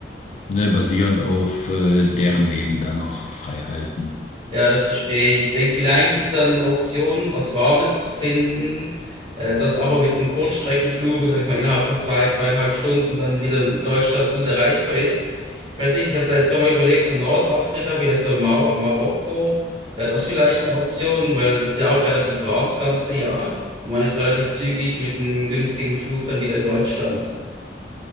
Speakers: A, on the left (about 40°); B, on the right (about 30°).
A: ne, basierend auf äh, deren Leben da noch frei halten.
B: Ja, das verstehe ich. Ich denke, vielleicht ist dann eine Option, was Warmes zu finden, äh, das aber mit einem Kurzstreckenflug, sag ich jetzt mal innerhalb von zwei, zweieinhalb Stunden dann wieder in Deutschland gut erreichbar ist. Ich weiß nicht, ich habe da jetzt gerade mal überlegt, so Nordafrika, vielleicht so Mar Marokko, wäre das vielleicht eine Option, weil das ist ja auch relativ warm das ganze Jahr und man ist relativ zügig mit einem günstigen Flug dann wieder in Deutschland.